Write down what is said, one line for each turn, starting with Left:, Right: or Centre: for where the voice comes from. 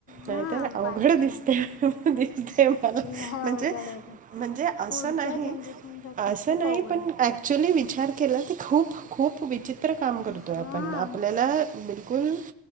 Right: नाहीतर
Left: हा
Right: अवघड
Left: पाहिजे
Right: दिसते दिसतेय मला
Left: लय
Right: म्हणजे
Left: अवघड होते
Right: म्हणजे असं
Left: पुढच्या
Right: नाही
Left: जनरेशनसाठी
Right: असं
Left: खूप
Right: नाही
Left: अवघड
Right: पण
Left: आहे.
Right: ऍक् च्युली विचार केला की खूप-खूप विचित्र काम
Left: हा
Right: करतो आहे आपण आपल्याला बिल कुल